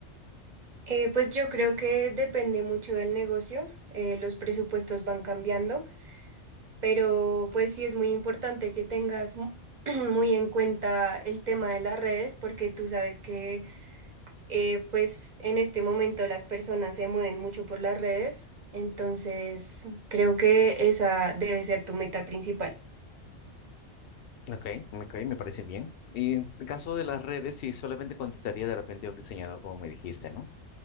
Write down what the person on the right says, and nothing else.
Eh, pues yo creo que depende mucho del negocio, eh, los presupuestos van cambiando, pero pues sí es muy importante que tengas mu- <clears throat> muy en cuenta el tema de las redes, porque tú sabes que eh, pues en este momento las personas se mueven mucho por las redes, entonces creo que esa debe ser tu meta principal.